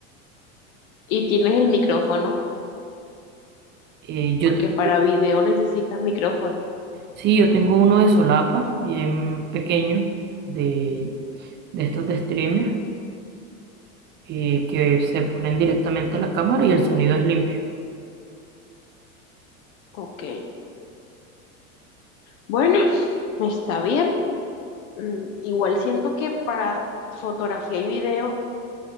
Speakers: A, on the left; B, on the right.
A: Y tienes el micrófono,
B: Eh, yo
A: porque
B: tengo,
A: para video necesitas micrófono.
B: sí, yo tengo uno de solapa, bien pequeño, de, de estos de streamer eh, que se ponen directamente a la cámara y el sonido es limpio.
A: Ok. Bueno, <laughs> está bien. Mm, Igual siento que para fotografía y video